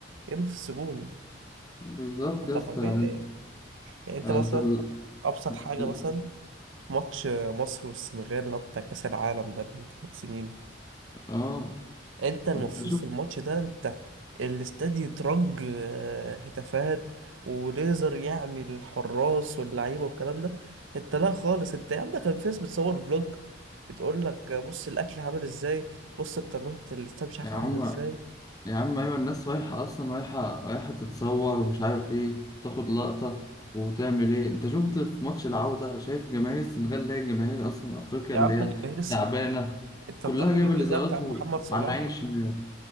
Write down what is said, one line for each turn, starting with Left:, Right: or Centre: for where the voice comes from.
Right: يا اما في السجون
Left: بالظبط
Right: انت
Left: يا
Right: طبيعي
Left: اسطى يعني
Right: يعني يعني انت
Left: أنت
Right: مثلا
Left: ال...
Right: ابسط حاجه
Left: ال-
Right: مثلا ماتش مصر والسنغال اللي هو بتاع كأس العالم ده من ثلاث سنين
Left: آه
Right: انت المفروض
Left: أنت شوف
Right: في الماتش ده انت الاستاد يترج آه، هتافات وليزر يعمل الحراس واللعيبه والكلام ده انت لا خالص انت يا عم ده كان في ناس بتصور فلوج بتقول لك آه، بص الاكل عامل ازاي بص التجميع الاستاد مش عارف
Left: يا عم
Right: عامل ازاي
Left: يا عم أيوة الناس رايحة أصلا رايحة رايحة تتصور ومش عارف إيه تاخد لقطة وتعمل إيه أنت شفت في ماتش العودة شايف جماهير السنغال اللي هي جماهير أصلا أفريقيا
Right: يا
Left: اللي
Right: عم جماهير
Left: هي
Right: السنغال
Left: تعبانة
Right: انت
Left: كلها
Right: ضربة
Left: جايبة
Right: الجزاء
Left: الإزارات
Right: بتاعت
Left: وعلى
Right: محمد صلاح
Left: عين الشناوي